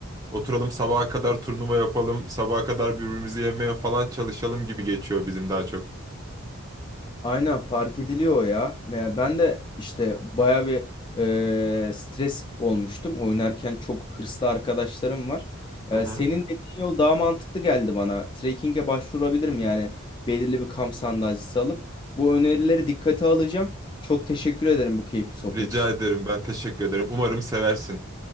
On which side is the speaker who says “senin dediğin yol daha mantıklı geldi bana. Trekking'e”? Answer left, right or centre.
Left